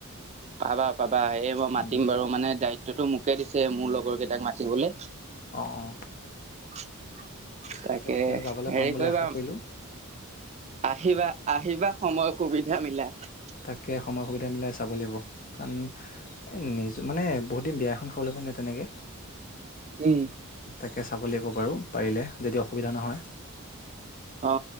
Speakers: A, on the right; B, on the left.
A: পাবা পাবা এই মই মাতিম
B: উম উম
A: বাৰু মানে দায়িত্বতটো মোকে দিছে মোৰ লগৰ কেইটাক মাতিবলৈ
B: অ অ
A: <inaudible>
B: ঠিকে
A: তাকে
B: আছে তেতিয়া যাবলৈ
A: হেৰি
B: পাম বুলি
A: কৰিবা
B: আশা কৰিলো
A: আহিবা আহিবা সময় সুবিধা মিলাই
B: তাকে সময় সুবিধা মিলাই চাব লাগিব কাৰণ নিজ মানে বহুত দিন বিয়া এখন খাব লাগব নে তেনেকে
A: উম
B: তাকে চাব লাগিব পাৰোঁ পাৰিলে যদি অসুবিধা নহয়
A: অ